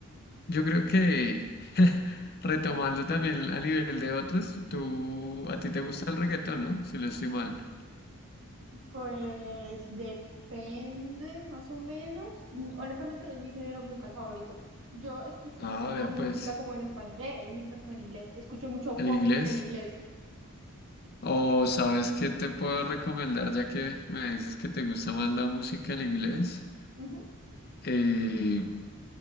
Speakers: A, on the left (about 45°); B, on the right (about 65°).
A: yo creo que <laughs> retomando también a nivel de otros, tú a ti te gusta el reggaetón, ¿no? Si no estoy mal.
B: Pues depende, más o menos. Mm, Honestamente, no es mi género musical favorito. Yo escucho
A: Ah,
B: más que todo
A: ya
B: música
A: pues,
B: como en español, eh, música como en inglés. Escucho mucho
A: en
B: pop
A: inglés.
B: en inglés.
A: O sabes qué te puedo recomendar ya que me dices que te gusta más la música en inglés.
B: Ujú.
A: Eh,